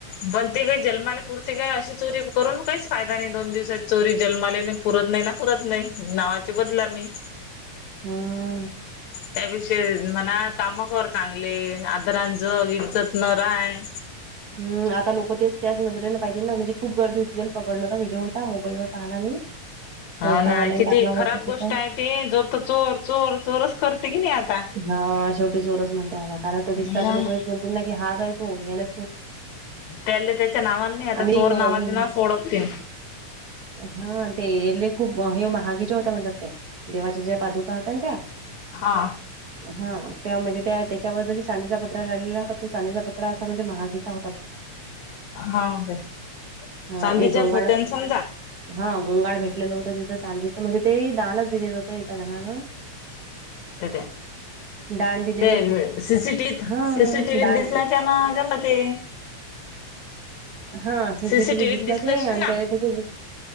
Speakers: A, on the left; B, on the right.
A: पण ते काही जन्माले पुरते काय, अशी चोरी करून काहीच फायदा नाही दोन दिवसात चोरी जन्माले पुरत नाही ना पुरत नाही, नावाची बदलामी.
B: हम ह.
A: त्या विषय म्हणा काम कर चांगले, आदरांज इज्जत न राय
B: हम आता लोक तेच त्याच नजरेने पाहितील ना म्हणजे खूप गर्दी होती, त्यांनी पकडलं होता व्हिडिओ होता, मोबाईलवर पाहायला मी.
A: <inaudible>
B: संस्कारवाल्यांनी
A: हा ना किती
B: टाकला होता
A: खराब
B: तो
A: गोष्ट
B: तिथं
A: आहे, ती जो तो चोर चोर चोरचं करते की नाही आता
B: हा शेवटी चोरच म्हणते, आता कारण तर
A: मग
B: दिसला तर लोक हेच म्हणतील, ना की हाच हाय चोर याने
A: त्याले त्याच्या नावानी आता
B: आणि
A: चोर
B: ग-
A: नावासना ओळखतील.
B: हा ते येले खूप हे महागेच्या होत्या म्हणताय, त्या. देवाच्या ज्या पादुका होत्या, ना त्या
A: हा
B: हा त्या म्हणजे त्याच्यावर जरी चांदीचा पत्रा लाढलेला होता, तो चांदीचा पत्र असा म्हणजे महागीचा होता, तो.
A: हा ब
B: हा,
A: चांदीच्याच
B: एक गंगाळ
A: होत्या समजा
B: हा घंगाड भेटलेलं होतं, तिथं चांदीचं म्हणजे ते दानचं दिलेलं होतं, एका जणानं
A: त त्या
B: दान दिलेलं
A: ते सीसीटी टिव्हित
B: हा
A: सीसीटी टिव्हित
B: दान
A: दिसल्याच्या मा ज्या मते.
B: हा सीसीटी
A: सीसीटीव्हीत
B: व्हीत दिसला,
A: दिसलं
B: ते
A: असशील
B: आणि
A: ना
B: त्याला